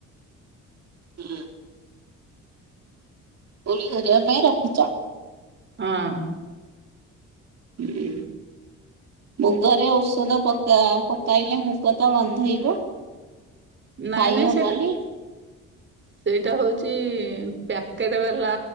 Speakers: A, on the right; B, on the right.
A: ହୁଁ। କୋଡ଼ିଏ ହଜାର ଟଙ୍କା ରଖିଚ।
B: ହଁ।
A: ହୁଁ। ମୁଗରେ ଔଷଧ ପକା ‌ପକାଇଲେ ମୁଗ ତ ଗନ୍ଧେଇବ।
B: ନାଇଁ
A: ଖାଇହବନି।
B: ନାଇଁ ସେଟା ସେଇଟା ହଉଛି ପ୍ୟାକେଟ୍ ବାଲା